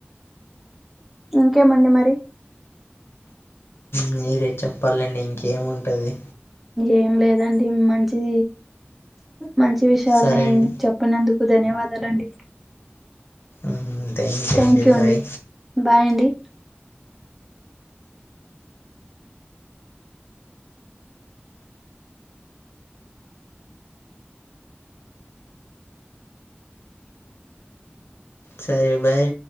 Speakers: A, in the centre; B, on the left.
A: ఇంకేమండి మరి
B: మీరే చెప్పాలండి ఇంకేముంటది
A: ఏం లేదండి మంచిది మంచి విషయాల్ని
B: సరే అండి
A: చెప్పినందుకు ధన్యవాదాలండి
B: అయితే థ్యాంక్యూ
A: థ్యాంక్ యూ
B: బాయ్
A: అండి బాయ్ అండి
B: సరే బాయ్